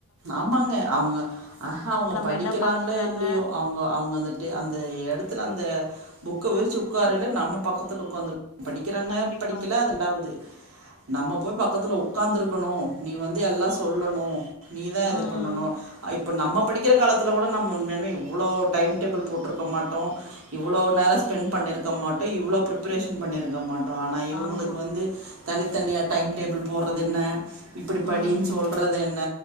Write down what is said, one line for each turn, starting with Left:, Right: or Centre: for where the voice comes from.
Right: ஆமாங்க அவுங்க அ அவுங்க
Left: நம்ம
Right: படிக்கிறாங்களோ
Left: என்ன பண்றாங்க
Right: இல்லையோ அவுங்க அவுங்க அந்த ட்டு அந்த எடத்துல அந்த புக்க விரிச்சு உட்காரல்ல நம்ம பக்கத்துல உட்காந்துருக் படிக்கிறாங்க
Left: கண்டிப்பா
Right: படிக்கல அது ரெண்டாவ்து நம்ம போய் பக்கத்துல உக்காந்துருக்கணும் நீ வந்து எல்லாம் சொல்லணும் நீதா இது
Left: ம்
Right: பண்ணணும் இப்போ நம்ம படிக்கிற காலத்துல கூட நம்ம உண்மைய மே இவ்ளோ டைம் டேபிள் போட்ருக்க மாட்டோம் இவ்ளோ நேரம் ஸ்பெண் பண்ணிருக்க மாட்டோ இவ்ளோ பிரிபரேஷன் பண்ணிருக்க மாட் ஆனா இவங்களுக்கு
Left: ஆமா
Right: வந்து தனித்தனியா டைம் டேபிள் போட்றது என்ன இப்டி படின்னு
Left: ம்
Right: சொல்றது என்ன